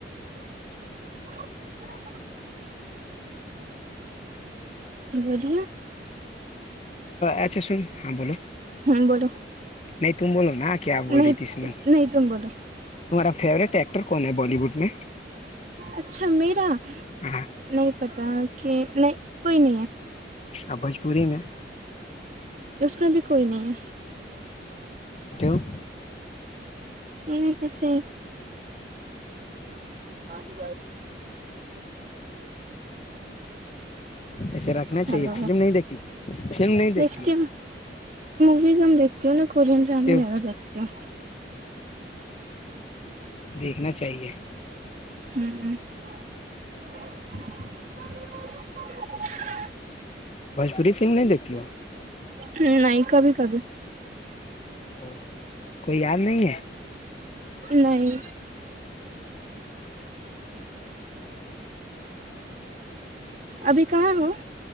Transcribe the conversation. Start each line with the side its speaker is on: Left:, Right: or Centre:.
Right: <unintelligible> بلییا
Left: اچھا سن ہاں بولو
Right: ہوں بولو
Left: نہیں تم بولو کیا بول
Right: نہیں
Left: رہی ت اسمن
Right: نہیں تم بولو
Left: تمہارا فیورٹ ایکٹر کون ہے بالی وڈ میں
Right: اچھا میرا نہیں
Left: ہاں
Right: پتا کہ نہیں کوئی نہیں ہے
Left: اور بھوجپوری میں
Right: اس میں بھی کوئی نہیں ہے
Left: کیوں
Right: نہیں کیسے پانی ب
Left: ایسے رکھنا
Right: ہلو
Left: چاہیے فلم نہیں دیکھتی ہو؟ فلم نہیں
Right: نٹ
Left: دیکھتی ہو
Right: بھی ہمم دیکتی ہوں کو پورنریں
Left: کیوں
Right: زیادہ دیکتیوں
Left: دیکھنا چاہیے
Right: ہ ہ <unintelligible>
Left: بھوجپوری فلم نہیں دیکھتی وہ
Right: ہ نہیں کبھی کبھی
Left: او کوئی یاد نہیں ہے
Right: نہیں ابھی کہاں ہو